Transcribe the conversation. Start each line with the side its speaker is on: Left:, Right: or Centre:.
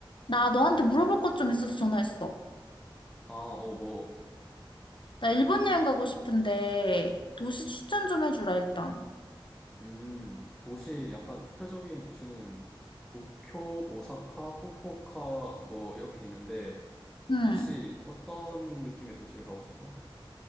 Left: 나 너한테 물어볼 것 좀 있어서 전화했어.
Centre: 아, 어, 뭐,
Left: 나 일본 여행 가고 싶은데 도시 추천 좀 해주라 일단.
Centre: 음, 도시, 약간 대표적인 도시는 도쿄, 오사카, 후쿠오카, 뭐, 이렇게 있는데,
Left: 응.
Centre: 혹시 어떤 느낌의 도시를 가고 싶어?